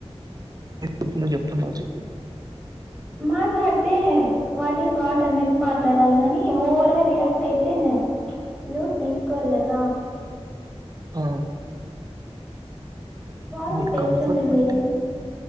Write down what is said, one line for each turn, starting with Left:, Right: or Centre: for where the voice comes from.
Right: ఎపుడు ను చెప్తున్నావు చెప్పు
Centre: మాట్లాడితే వాట్ ఈస్ వాట్ అన్నట్టు మాట్లాడాలి కాని ఓవర్ గా రియాక్ట్ అయితే అ యోవర్ తీస్కోర్ కదా
Right: ఆ
Centre: వాళ్ళకి
Right: నీ
Centre: తెలిసు
Right: కంఫర్ట్
Centre: ఉంటుందికదా
Right: బట్టి